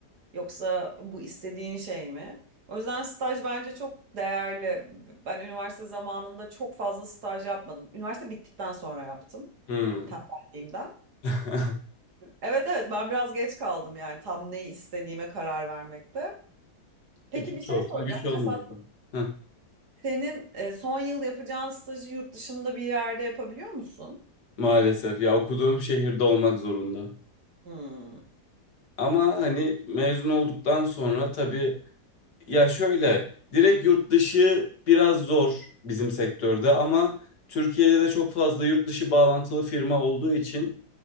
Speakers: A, on the right; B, on the left.
A: yoksa bu istediğin şey mi? O yüzden staj bence çok değerli. Ben üniversite zamanında çok fazla staj yapmadım. Üniversite bittikten sonra yaptım
B: Hmm.
A: tembelliğimden.
B: <laughs>
A: Evet evet ben biraz geç kaldım yani tam neyi istediğime karar vermekte. Peki
B: Güç
A: bir şey
B: olsun
A: soracağım.
B: güç olmasın.
A: Mesela
B: Heh,
A: senin e, son yıl yapacağın stajı yurt dışında bir yerde yapabiliyor musun?
B: maalesef ya okuduğum şehirde olmak zorunda.
A: Hmm.
B: Ama hani mezun olduktan sonra tabii ya şöyle direkt yurt dışı biraz zor bizim sektörde ama Türkiye'de de çok fazla yurt dışı bağlantılı firma olduğu için